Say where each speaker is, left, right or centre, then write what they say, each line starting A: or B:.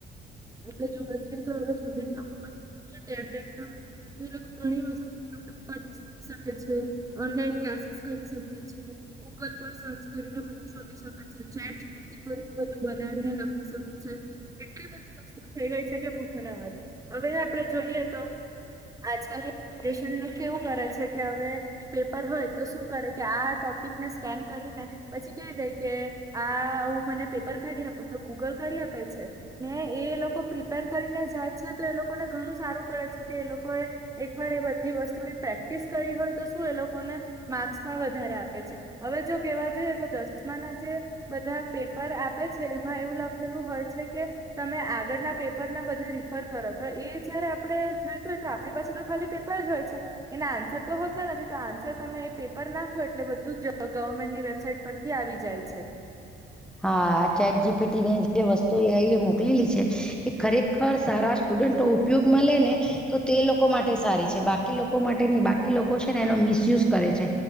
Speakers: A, on the right; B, in the centre.
A: <unintelligible> આપ જોવા જઈએ તો સ્ટુડ પાગળ ટેબ વેપટોપ હોય ઘણી વસ્તુ યુટ્યુબ પરથીખી શકે છે. ઓનલાઈન ક્લાસીસ કરી શકે છે ગૂગલ પર સર્ચ કરીને શોધી શકે છે ચેટ ચપેટી પરથી બધું બનાવીને લખી શકે છે એટલી બધી વસ્તુ શું થઈ ગઈ છે કે પૂછો ના વાત હવે આપડે જોઈએ તો આજકાલની જનરેશન કેવું કરે છે કે હવે પેપર હોય તો શું કરે કે આ ટોપિક સ્કેન કરીને પછી ક દ કે આ હું મને પેપર કાઢી આપું તો ગૂગલ કાઢી આપ કરે છે, ને એ લોકો પ્રિપેર કરીને જાય છે, તો એ લોકોને ઘણું સારું પડે છે, કે એ લોકો એ એક વાર એ બધી વસ્તુની પ્રેક્ટિસ કરી હોય તો શું એ લોકોને માર્ક્સ પણ વધારે આપે છે. હવે જો કેવા જોઈએ તો દસમાના જે બધા પેપર આપે છે, એમાં એવું લખેલું હોય છે, કે તમે આગળના પેપર ના બધા એ જયારે આપડે જોયતુ હોય તો આપણી પાસે તો ખાલી પેપર જ હોય છે, એના આન્સર હોતો નથી તો આન્સર તમે એ પેપર નાખો એટલે બધું જ ત ગવર્મેન્ટની વેબસાઇટ પરથી આવી જાય છે.
B: હા આ ચેટ જીપીટી ની જે વસ્તુ મોકલેલી છે, એ ખરેખર સારા સ્ટુડન્ટ ઉપયોગમાં લેને તો તે લોકો માટે સારી છે, બાકી લોકો માટે ની બાકી લો કો છે, ને એનો મિસયુઝ કરે છે,